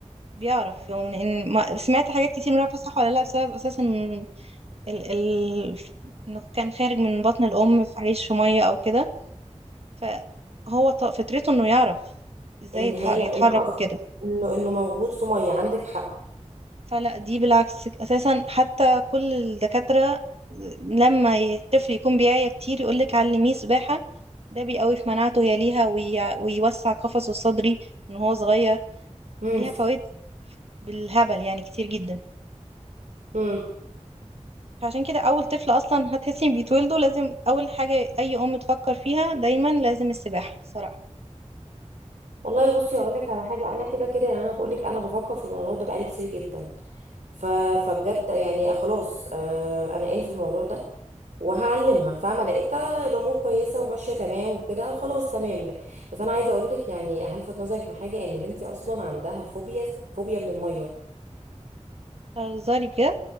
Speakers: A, on the right (about 55°); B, on the right (about 80°).
A: بيعرف يعني ان ما سمعت حاجات كتير مش عارفه صح ولا لا بسبب اساسا ال... ال... انه كان خارج من بطن الام في عيش في ميه او كده فهو ط- فطرته انه يعرف ازاي
B: ان هي
A: يتح- يتحرك
B: ان اصلا
A: وكده
B: انه انه موجود في ميه عندك حق
A: فلا دي بالعكس اساسا حتى كل الدكاترة لما الطفل يكون بيعيا كتير يقولك علميه سباحة ده بيقوي في مناعته هي ليها وي... ويوسع قفصه الصدري من هو صغير
B: امم
A: ليها فوائد بالهبل يعني كتير جدا
B: امم
A: فعشان كده اول طفل اصلا هتحسي إن بيتولده لازم اول حاجة اي ام تفكر فيها دايما لازم السباحة صراحة
B: والله بصي اقول لك على حاجه انا كده كده يعني انا بقول لك انا بفكر في الموضوع ده بقالي كتير جدا ف... فبجد يعني خلاص آه انا ان في الموضوع ده وهعلمها فاهمه لقيتها الامور كويسه وماشيه تمام وكده خلاص تمام لا بس انا عايزه اقول لك يعني هلفت نظرك لحاجه ان بنتي اصلا عندها فوبيا فوبيا من الميه
A: هزاري بجد